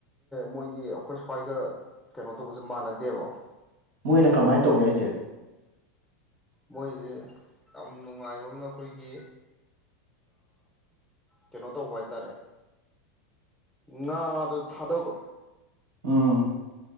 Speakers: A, in the centre; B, on the right.
A: ꯃꯣꯏꯒꯤ ꯑꯩꯈꯣꯏ ꯁ꯭ꯋꯥꯏꯒ ꯀꯩꯅꯣ ꯇꯧꯕꯁꯦ ꯃꯥꯟꯅꯗꯦꯕ
B: ꯃꯣꯏꯅ ꯀꯃꯥꯏꯅ ꯇꯧꯒꯦ ꯍꯥꯏꯁꯦ
A: ꯃꯣꯏꯁꯦ ꯌꯥꯝ ꯅꯨꯡꯉꯥꯏꯕ ꯑꯃꯅ ꯑꯩꯈꯣꯏꯒꯤ ꯀꯩꯅꯣ ꯇꯧꯕ ꯍꯥꯏꯇꯥꯔꯦ ꯉꯥꯗꯨ ꯊꯥꯗꯒꯣ
B: ꯑꯝ